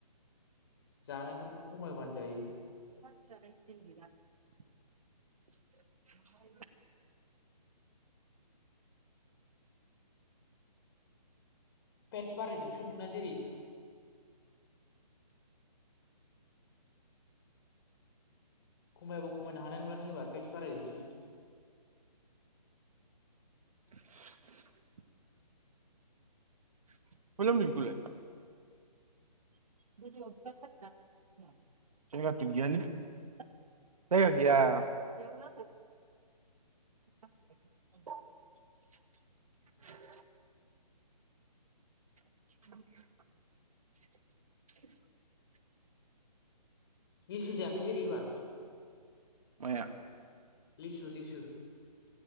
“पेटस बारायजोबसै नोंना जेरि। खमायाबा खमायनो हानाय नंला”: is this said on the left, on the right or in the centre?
Left